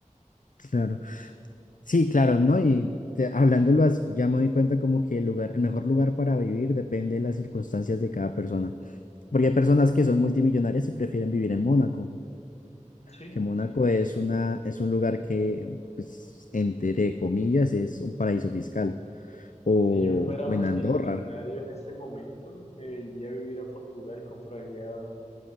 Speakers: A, on the left (about 90°); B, on the left (about 55°).
A: claro. Sí, claro, ¿no? Y te- hablándolo así, ya me doy cuenta como que el lugar, el mejor lugar para vivir depende de las circunstancias de cada persona. Porque hay personas que son multimillonarias y prefieren vivir en Mónaco,
B: Sí,
A: que Mónaco
B: sí,
A: es una, es un lugar que, pues, entre comillas, es un paraíso fiscal. O,
B: Si yo fuera
A: o
B: multimillonario
A: en Andorra,
B: en este momento, me iría a vivir a Portugal, compraría